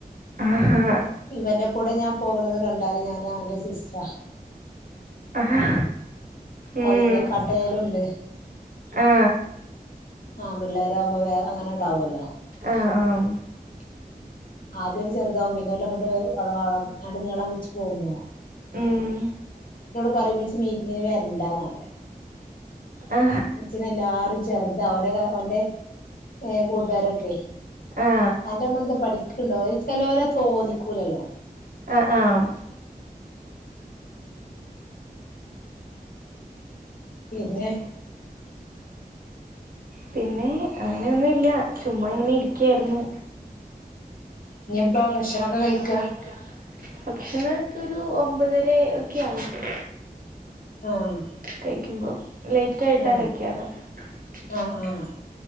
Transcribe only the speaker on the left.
ഇവൻന്റെ കൂടെ ഞാൻ പോകണത് കണ്ടാല് ഞാൻ ഓൻ്റെ സിസ്റ്ററാ
ഓൻ ഇന്റെ കാട്ടേലുണ്ട്
ആ പിള്ളേരാവുമ്പോ വേ അങ്ങനെ ഉണ്ടാവുവല്ലോ
ആദ്യം ഒരു ചെറുതാവും പിന്നെല്ലെ ഇങ്ങട്ട്ള അ നീളം വെച്ച് പോക്കും
പറഴും ഇമ്മച്ചി മീറ്റിങ്ങിന് വരണ്ടാന്നറിയാ
ഇമ്മച്ചിനെ എല്ലാരും ചെറുതാ ഓന്റെ ഓന്റെ കൂട്ടാരൊക്കെ
അന്റെമ്മ എന്താ പഠിക് ണ്ടോ ചെലോലെ തോന്നിക്കൂലല്ലോ
പിന്നെ
ഉം ഇനിപ്പോ ഭക്ഷണൊക്കെ
കഴിക്ക
ആഹ്
ആഹ്
ആഹ് ആഹ്